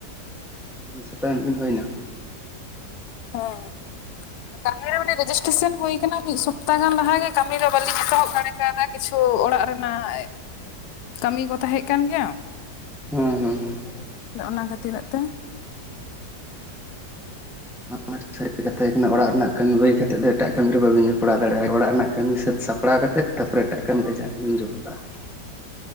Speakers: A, in the centre; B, on the left (about 70°).
A: ᱢᱤᱫ ᱥᱚᱯᱛᱟ ᱜᱟᱱ ᱵᱤᱱ ᱦᱩᱭᱮᱱᱟ ᱾
B: ᱦᱮᱸ <unintelligible> ᱠᱟᱹᱢᱤ ᱨᱮ ᱢᱟᱱᱮ ᱨᱮᱡᱤᱥᱴᱮᱥᱟᱱ ᱦᱩᱭ ᱠᱟᱱᱟ ᱢᱤᱫ ᱥᱚᱯᱛᱟ ᱜᱟᱱ ᱞᱟᱦᱟᱜᱮ, ᱠᱟᱹᱢᱤ ᱫᱚ ᱵᱟᱹᱞᱤᱧ ᱮᱛᱚᱦᱚᱵ ᱫᱟᱲᱮ ᱠᱟᱣᱫᱟ ᱾ ᱠᱤᱪᱷᱩ ᱚᱲᱟᱜ ᱨᱮᱱᱟᱜ, ᱠᱟᱹᱢᱤ ᱠᱚ ᱛᱟᱦᱮᱸᱜ ᱠᱟᱱ ᱜᱮᱭᱟ ᱾
A: ᱦᱩᱸ ᱦᱩᱸ ᱦᱩᱸ ᱾
B: ᱚᱱᱟ ᱫᱚ ᱛᱤᱱᱟᱹᱜ ᱛᱮ?
A: ᱢᱟᱨᱪᱷᱟ ᱤᱫᱤ ᱠᱟᱛᱮ ᱟᱵᱤᱱᱟᱜ ᱚᱲᱟᱜ ᱨᱮᱱᱟᱜ ᱠᱟᱹᱢᱤ ᱵᱟᱜᱤ ᱠᱟᱛᱮᱫ ᱫᱚ ᱮᱴᱟᱜ ᱠᱟᱹᱢᱤ ᱨᱮ ᱵᱟᱹᱤᱱ ᱡᱚᱯᱲᱟᱣ ᱫᱟᱲᱮᱭᱟᱜ-ᱟ, ᱚᱲᱟᱜ ᱨᱮᱱᱟᱜ ᱠᱟᱹᱢᱤ ᱥᱟᱹᱛ ᱥᱟᱯᱼᱼ ᱞᱟᱦᱟ ᱠᱟᱛᱮᱫ ᱛᱟᱯᱚᱨᱮ ᱮᱴᱟᱜ ᱠᱟᱹᱢᱤ ᱨᱮ ᱡᱟᱜᱼᱵᱤᱱ ᱡᱚᱯᱲᱟᱜ-ᱟ ᱾